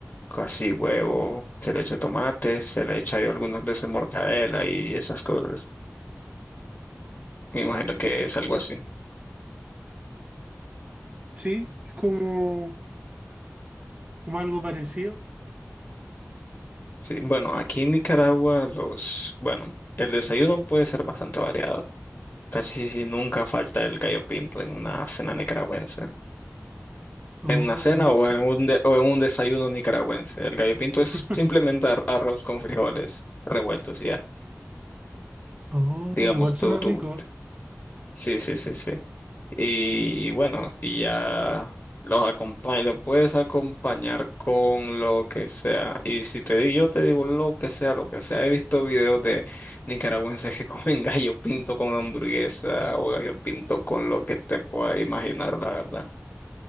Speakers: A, on the left; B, on the right.
A: casi huevo, se le echa tomate, se le echa yo algunas veces mortadela y esas cosas. Me imagino que es algo así.
B: Sí, es como, como algo parecido.
A: Sí, bueno, aquí en Nicaragua los, bueno, el desayuno puede ser bastante variado. Casi si nunca falta el gallo pinto en una cena nicaragüense.
B: Oh,
A: En una cena
B: y eso.
A: o en un, de- o en un desayuno nicaragüense. El gallo pinto
B: <laughs>
A: es simplemente ar- arroz con frijoles revueltos y ya.
B: Oh,
A: Digamos,
B: igual suena
A: tú, tú,
B: rico.
A: sí, sí, sí, sí. Y bueno, y ya los acompaño, lo puedes acompañar con lo que sea. Y si te digo, yo te digo lo que sea, lo que sea. He visto videos de nicaragüenses que <laughs> comen gallo pinto con hamburguesa o gallo pinto con lo que te puedas imaginar, la verdad.